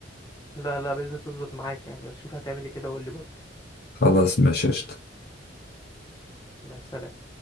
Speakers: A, on the left; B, on the left.
A: لا لا بإذن الله تظبط معاك يعني بس شوف هتعمل ايه كده وقول لي برضه
B: خلاص ماشي قشطة.
A: ماشي سلام